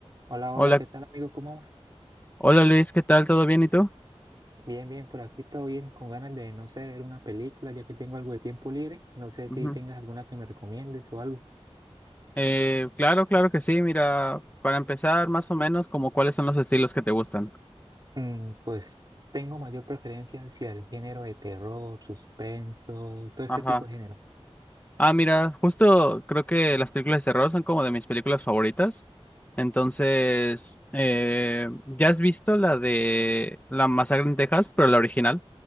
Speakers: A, on the right; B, on the left.
A: Hola,
B: Hola,
A: hola, ¿qué tal amigo? ¿Cómo vamos?
B: hola Luis, ¿qué tal? ¿Todo bien y tú?
A: Bien, bien, por aquí todo bien, con ganas de, no sé, ver una película, ya que tengo algo de tiempo libre. No sé si
B: Ujú.
A: tengas alguna que me recomiendes o algo.
B: Eh, claro, claro que sí. Mira, para empezar, más o menos, como cuáles son los estilos que te gustan.
A: Mm, pues tengo mayor preferencia hacia el género de terror, suspenso, todo este
B: Ajá.
A: tipo de género.
B: Ah, mira, justo creo que las películas de terror son como de mis películas favoritas. Entonces, eh, ¿ya has visto la de La Masacre en Texas, pero la original?